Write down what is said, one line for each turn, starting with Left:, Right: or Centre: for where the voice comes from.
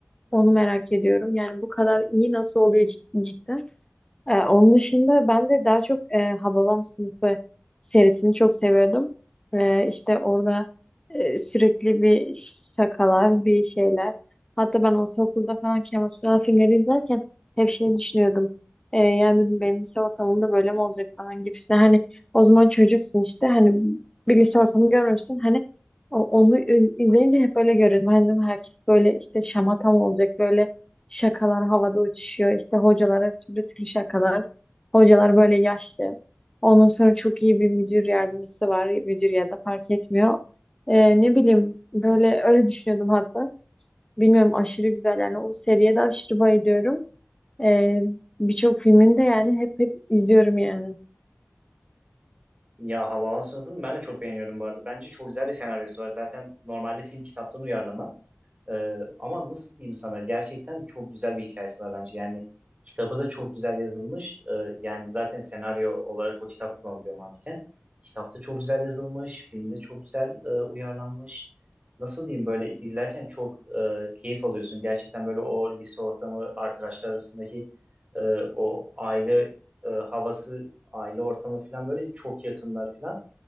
Left: onu merak ediyorum. Yani bu kadar iyi nasıl oluyor cid- cidden. Ee, onun dışında ben de daha çok e, Hababam Sınıfı serisini çok seviyordum. Ee, işte orada e, sürekli bir şakalar, bir şeyler. Hatta ben ortaokulda falan Kemal Sunal filmleri izlerken hep şey düşünüyordum. Ee, yani dedim benim lise ortamımda böyle mi olacak falan gibisine. Hani o zaman çocuksun işte hani bir lise ortamı görmemişsin. Hani o- onu iz- izleyince hep böyle görüyordum. Hani dedim herkes böyle işte şamata mı olacak böyle Şakalar havada uçuşuyor. İşte hocalara türlü türlü şakalar. Hocalar böyle yaşlı. Ondan sonra çok iyi bir müdür yardımcısı var. Müdür ya da fark etmiyor. Ee, ne bileyim böyle öyle düşünüyordum hatta. Bilmiyorum aşırı güzel yani o seriye de aşırı bayılıyorum. Ee, birçok filmini de yani hep hep izliyorum yani.
Right: Ya Havalan sınıfını ben de çok beğeniyorum bu arada. Bence çok güzel bir senaryosu var. Zaten normalde film kitaptan uyarlama. Ee, ama nasıl diyeyim sana gerçekten çok güzel bir hikayesi var bence. Yani kitabı da çok güzel yazılmış. Ee, yani zaten senaryo olarak o kitap kullanılıyor mantıken. Kitapta çok güzel yazılmış. Filmde çok güzel e, uyarlanmış. Nasıl diyeyim böyle izlerken çok e, keyif alıyorsun. Gerçekten böyle o lise ortamı arkadaşlar arasındaki e, o aile e, havası aile ortamı falan böyle çok yakınlar falan.